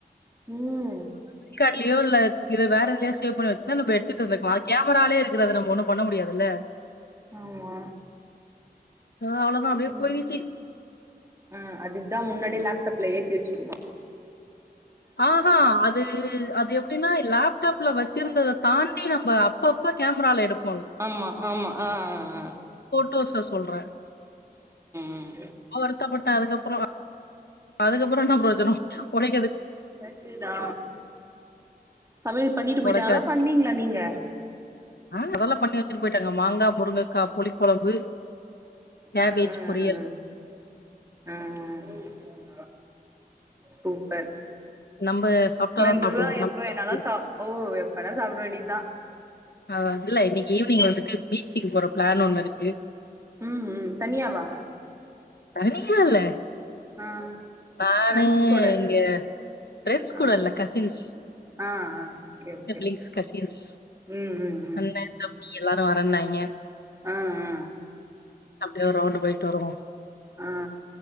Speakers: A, on the right (about 20°); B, on the left (about 80°).
A: ம்
B: இல்லையோ இல்ல இத வேற எதில்யா சேவ் பண்ணி வச் தா நம்ப எடுத்துட் இருந்திர்க்கோ அது கேமுராலே இருக்குற அத நம்மு ஒண்ணு பண்ண முடியாதுல்ல
A: ஆமா
B: அ அவ்வளோதான் அப்டியே
A: ம்
B: போயிருச்சு.
A: அ அதுக்குதா முன்னாடி ப்ள ஏத்தி வச்சிர்ந்தான்
B: ஆ ஹா அது அது எப்டினா லாப் டாப்ல வச்சிருந்தததாண்டி நம்ப அப்பப்ப கேமுரால எடுப்
A: ஆமா ஆமா ஆ அ அ
B: தோஷ்ல சொல்றேன்
A: ம்
B: அவ்வருத்தப்பட்ட அதுக்கப்புறோ நா அதுக்கப்புறோ என்ன புரோஜனோ ஒரை
A: கர்ட்டுதா சமைல் பண்ணிட்டு போய்ட்டாங்களா
B: உடைச்சாச்சு.
A: பண்ணீங்ளா நீங்க
B: ஆ அதெல்லா பண்ணி வச்சுட்டு போய்ட்டாங்க மாங்கா முருங்கக்கா புளிகொழம்பு கேபேஜ்
A: ஆ ஆ
B: பொரியல்
A: ஆ ஆ ஹ சூப்பர்
B: நம்ப சாப்ட்டா
A: மெதுவா
B: தான் சாப்டுவோம்.
A: எப்ப
B: நமக்கு
A: என்னால
B: வந்து
A: சா ஓ எப்பனா சாப்ட வேண்டிதா
B: ஆ அதுல்ல இன்னைக்கு ஈவினி்ங் வந்துட்டு பீச்சுக்கு போற ப்ளான் ஒண்ணு இருக்கு
A: ம் ம் தனியாவா
B: தனியா இல்ல
A: ஆ
B: நானு
A: ஃப்ரெண்ட்ஸ் கூட
B: இங்க ஃபிரண்ட்ஸ்
A: ஆ
B: கூட இல்ல கசின்ஸ்
A: ஆ ஆ ஓகே ஓகே
B: சிப்ளிங்ஸ் கசின்ஸ்
A: ம் ம் ம்
B: அண்ண தம்பி எல்லாரு வரன்னாய்ங்க
A: ஆ ஆ
B: அப்டியே ஒரு ரவுண்டு போய்ட்டு வருவோ
A: ஆ